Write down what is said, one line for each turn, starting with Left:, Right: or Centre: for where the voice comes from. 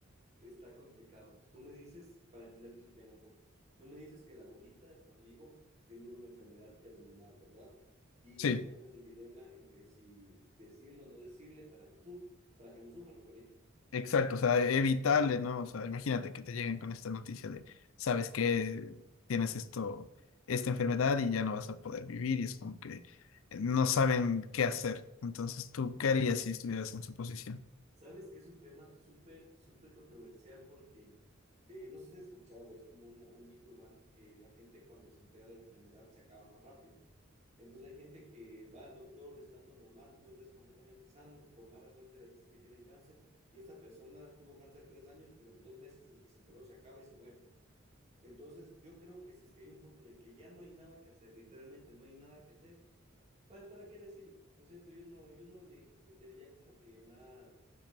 Right: está complicado. Tú me dices, para entenderte el tema un poco, tú me dices que la abuelita de tu amigo tiene una enfermedad terminal, ¿verdad? Y
Left: Sí.
Right: están en el dilema entre si decirlo o no decirle para que sufra, para que no sufra, mejor dicho.
Left: Exacto, o sea, evitable, ¿no? O sea, imagínate que te lleguen con esta noticia de, sabes que tienes esto, esta enfermedad y ya no vas a poder vivir y es como que eh, no saben qué hacer. Entonces, ¿tú qué harías si estuvieras en su posición?
Right: Sabes que es un tema súper, súper controversial porque eh, no sé si has escuchado, es como una- un mito urbano que la gente cuando se entera de la enfermedad se acaba más rápido. Entonces hay gente que va al doctor estando normal, tú los ves completamente sanos, por mala suerte les dicen que tienen cáncer y esa persona tuvo cáncer tres años, pero en dos meses desde que se enteró se acaba y se muere. Entonces yo creo que si es que hay un punto en el que ya no hay nada que hacer, literalmente no hay nada que hacer, pues ¿para qué decirle? ¿No es cierto? Yo no, yo no le metería como que más,